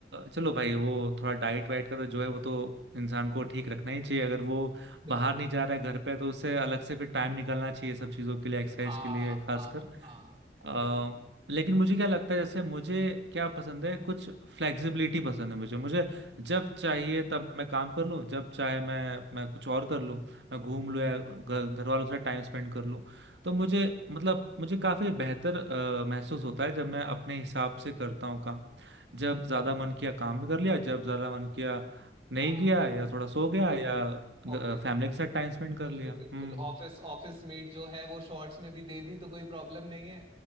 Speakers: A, on the right; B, on the right.
A: चलो भाई वो थोड़ा डाइट वाइट का तो जो है वो तो इंसान को ठीक रखना ही चाहिए अगर वो
B: बिल्कुल
A: बाहर नहीं जा रहा है घर पे है, तो उसे अलग से फिर टाइम निकालना चाहिए सब चीज़ों के लिए एक्सरसाइज
B: हाँ
A: के लिए खासकर
B: हाँ हाँ
A: अ,
B: ये तो
A: लेकिन मुझे क्या लगता है जैसे मुझे क्या पसंद है कुछ फ्लेक्सिबिलिटी पसंद है मुझे मुझे जब चाहिए तब मैं काम कर लूँ जब चाहे मैं मैं कुछ और कर लूँ मैं घूम
B: हम्म
A: लूँ या घर घर वालों के साथ टाइम स्पेंड कर लूँ तो मुझे मतलब मुझे काफी बेहतर अ, महसूस होता है जब मैं अपने हिसाब से करता हूँ काम जब
B: ये
A: ज्यादा
B: तो है
A: मन किया काम भी कर लिया जब ज्यादा मन किया नहीं
B: हाँ
A: किया या थोड़ा सो गया या
B: हाँ, ऑफिस
A: फैमिली के साथ टाइम स्पेंड कर
B: बिल्कुल
A: लिया
B: बिल्कुल
A: हम्म
B: ऑफिस ऑफिस मीट जो है वो शॉर्ट्स में भी दे दी तो कोई प्रॉब्लम नहीं है